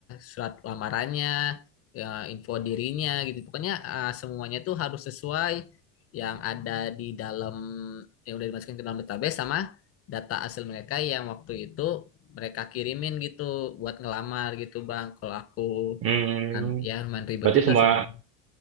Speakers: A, on the left; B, on the right.
A: surat lamarannya ya, info dirinya gitu pokoknya eh, semuanya tuh harus sesuai yang ada di dalam yang udah dimasukin ke dalam database sama data asal mereka yang waktu itu mereka kirimin gitu buat ngelamar gitu bang kalau aku
B: hmm.
A: kan, ya lumayan ribet
B: Berarti
A: juga
B: semua,
A: sebenarnya